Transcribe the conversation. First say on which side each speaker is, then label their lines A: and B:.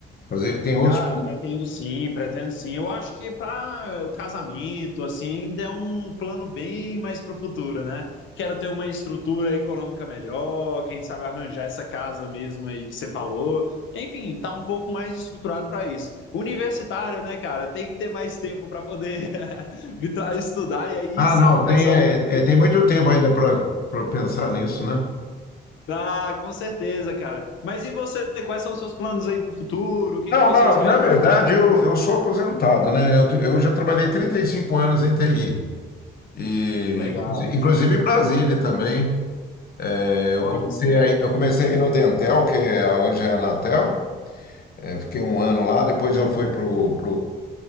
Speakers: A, on the left; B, on the left.
A: Fazer, tem outros
B: Cara, pretendo sim, pretendo sim. Eu acho que para o casamento, assim, ainda é um plano bem mais para o futuro, né? Quero ter uma estrutura econômica melhor, quem sabe arranjar essa casa mesmo aí que você falou. Enfim, tá um pouco mais estruturado para isso. Universitário, né, cara? Tem que ter mais tempo para poder <laughs> vir tra- estudar e aí
A: Ah,
B: sim
A: não,
B: começar
A: tem, é,
B: a ganhar
A: é, tem muito tempo ainda para pensar nisso, né?
B: Ah, com certeza, cara. Mas e você? Quais são os seus planos aí para o futuro? O que
A: Não,
B: que você
A: não,
B: espera
A: na verdade
B: para os próximos
A: eu,
B: anos?
A: eu sou aposentado, né? Eu, eu já trabalhei 35 anos em TI, e,
B: Legal.
A: inclusive em Brasília também. É, eu
B: Olha
A: comecei,
B: só.
A: aí- eu comecei aí no Dentel, que é- hoje é a Anatel, É, fiquei um ano lá, depois eu fui para o